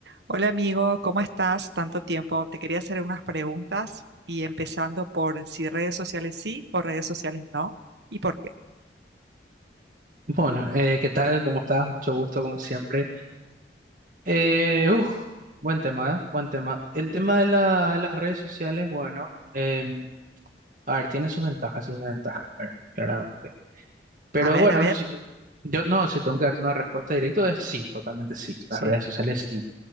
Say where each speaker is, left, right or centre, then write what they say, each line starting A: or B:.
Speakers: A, on the right; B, on the right.
A: Hola amigo, ¿cómo estás? Tanto tiempo. Te quería hacer unas preguntas y empezando por si redes sociales sí o redes sociales no y por qué.
B: Bueno, eh, ¿qué tal? ¿Cómo estás? Mucho gusto, como siempre. Eh, uf, buen tema, ¿eh? Buen tema. El tema
A: Ujú.
B: de, la- de las redes sociales, bueno, eh, a ver, tiene sus ventajas, sus desventajas, ¿verdad? Claramente. Pero
A: A ver,
B: bueno,
A: a ver.
B: si yo, yo no, si tengo que darte una respuesta directa, es sí, totalmente sí.
A: Sí.
B: Las redes sociales sí.